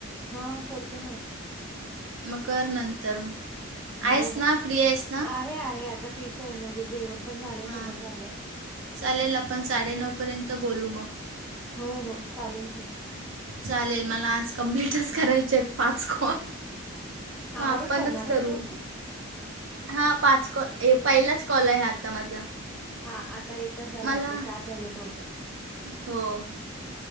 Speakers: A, in the centre; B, on the right.
A: हा करते ना.
B: मग कर नंतर.
A: हो
B: आहेस
A: हो,
B: ना फ्री आहेस ना
A: आहे आहे आता फ्रीच आहे म्हणजे जेवण पण झालंय
B: हां
A: सगळं झालंय.
B: चालेल आपण साडे नऊ पर्यंत बोलू मग.
A: हो हो चालेल कि.
B: चालेल मला आज कम्प्लीटच करायचे आहेत पाच कॉल. मग
A: आजच
B: आपणच
A: करणार आहेस
B: करू.
A: तू?
B: हा पाच कॉल, हे पहिलाच कॉल आहे हा आता माझा.
A: हा आता एकच झाले
B: मला
A: आपले चार राहिले टोटल.
B: हो.